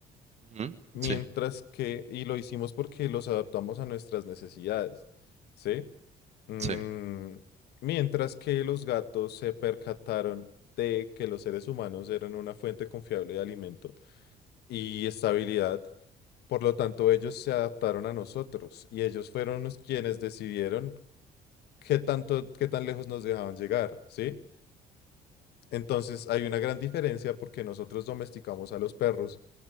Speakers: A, on the right (about 40°); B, on the left (about 75°).
A: Ujú,
B: Mientras
A: Sí,
B: que, y lo hicimos porque los adaptamos a nuestras necesidades, ¿sí? Mm,
A: sí,
B: mientras que los gatos se percataron de que los seres humanos eran una fuente confiable de alimento y estabilidad, por lo tanto ellos se adaptaron a nosotros y ellos fueron los quienes decidieron qué tanto, qué tan lejos nos dejaban llegar, ¿sí? Entonces hay una gran diferencia porque nosotros domesticamos a los perros